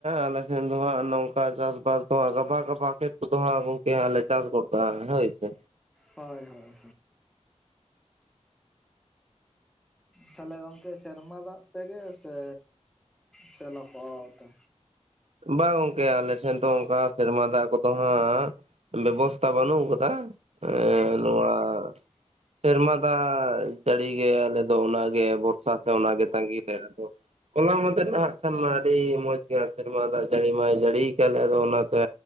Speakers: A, on the right; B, in the centre.
A: ᱟᱞᱮ ᱥᱮᱱ ᱫᱚ ᱦᱟᱜ ᱱᱚᱝᱠᱟ ᱪᱟᱥᱵᱟᱥ ᱱᱚᱣᱟ ᱜᱟᱵᱷᱟ ᱜᱟᱵᱷᱟ ᱠᱷᱮᱛ ᱠᱚᱫᱚ ᱦᱟᱸᱜ ᱜᱚᱝᱠᱮ ᱦᱟᱸᱜ ᱪᱟᱥ ᱜᱚᱛ ᱠᱟᱜ-ᱟ ᱦᱳᱭ ᱥᱮ
B: ᱦᱳᱭ ᱦᱳᱭ ᱛᱟᱦᱞᱮ ᱜᱚᱝᱠᱮ ᱥᱮᱨᱢᱟ ᱫᱟᱜ ᱛᱮᱜᱮ ᱥᱮ ᱥᱮᱞ ᱠᱚ ᱟᱛᱮ
A: ᱵᱟᱝ ᱜᱚᱝᱠᱮ ᱟᱞᱮ ᱴᱷᱮᱱ ᱫᱚ ᱚᱱᱠᱟ ᱥᱮᱨᱢᱟ ᱫᱟᱜ ᱠᱚᱫᱚ ᱦᱟᱸᱜ ᱵᱮᱵᱚᱥᱛᱟ ᱵᱟᱹᱱᱩᱜ ᱠᱟᱫᱟ ᱮᱸ
B: ᱦᱳᱭ
A: ᱱᱚᱣᱟ ᱥᱮᱨᱢᱟ ᱫᱟᱜ ᱡᱟᱹᱲᱤ ᱜᱮ ᱟᱞᱮ ᱫᱚ ᱚᱱᱟ ᱜᱮ ᱵᱚᱨᱥᱟ ᱥᱮ ᱚᱱᱟ ᱜᱮ ᱛᱟᱸᱜᱤ ᱨᱮ ᱟᱫᱚ ᱦᱚᱞᱟ ᱢᱟᱫᱷᱮᱨ ᱱᱟᱦᱟᱜ ᱠᱷᱟᱱ ᱢᱟ ᱟᱹᱰᱤ ᱢᱚᱸᱡᱽ ᱜᱮ ᱥᱮᱨᱢᱟ ᱫᱟᱜ ᱡᱟᱹᱲᱤ ᱢᱟᱭ ᱡᱟᱹᱲᱤᱭ ᱠᱟᱫᱟ ᱟᱫᱚ ᱚᱱᱟᱛᱮ